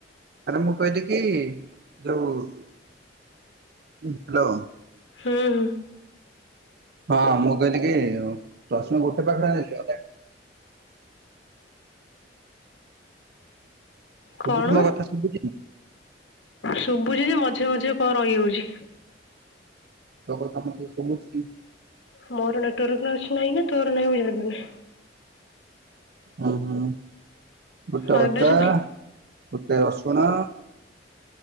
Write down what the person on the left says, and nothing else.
ହୁଁ।
କଣ
ଶୁଭୁଛି ଯେ ମଝିରେ ମଝିରେ କଣ ରହିଯାଉଛି।
ମୋର ନେଟୱର୍କ ଅଛି ନାହିଁ ନା ତୋର ନାହିଁ ମୁଁ ଜାଣିପାରୁନି।
ହଁ
ଏବେ ଶୁଭିଲା